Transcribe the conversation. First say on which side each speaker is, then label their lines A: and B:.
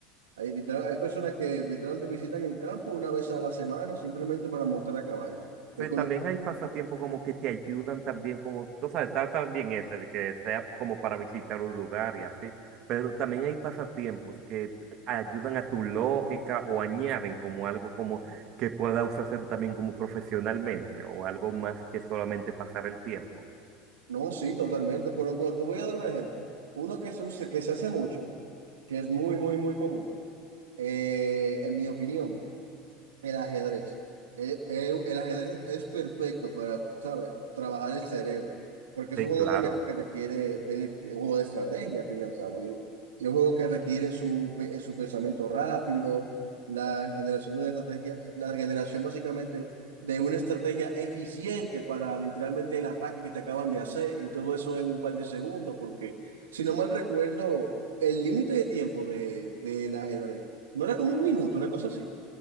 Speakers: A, on the right; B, on the right.
A: Hay, literal- hay personas que literalmente visitan el campo una vez a la semana simplemente para montar a caballo. Que
B: Sí,
A: he
B: también hay pasatiempos como que te ayudan también, como, tú sabes, está también ese, de que sea como para visitar un lugar y así, pero también hay pasatiempos que ayudan a tu lógica o añaden como algo como que pueda usarse también como profesionalmente o algo más que solamente pasar el tiempo.
A: No, sí, totalmente. Pero bueno, te voy a dar un ejemplo. Uno que se usa, que se hace mucho, que es muy, muy, muy común, eh, en mi opinión. El ajedrez. El, el- el ajedrez es, perfecto para, ¿sabes? Trabajar el cerebro. Porque es
B: Sí,
A: un juego
B: claro.
A: de mesa que requiere tener que- un juego de estrategia, al fin y al cabo. Y, y un juego que requiere su, pe- eh, su pensamiento rápido, la generación de una estrategia, la generación básicamente de una estrategia eficiente para literalmente el ataque que te acaban de hacer. Y todo eso en un par de segundos. Porque, si no mal recuerdo, el límite de tiempo de, del ajedrez no era como un minuto, una cosa así.